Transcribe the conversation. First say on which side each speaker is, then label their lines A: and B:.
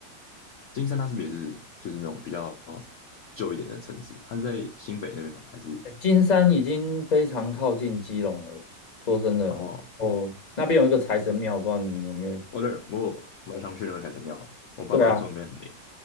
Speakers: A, on the left; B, on the left.
A: 金山它是不是也是就是那种比较旧一点的城市？它是在新北那边吗？还是
B: 哎，金山已经非常靠近基隆了。说真的，
A: 哦，
B: 哦，那边有一个财神庙，不知道你有没有？
A: 我这我蛮想去那个财神庙的，我爸妈说那边很灵。
B: 对啊，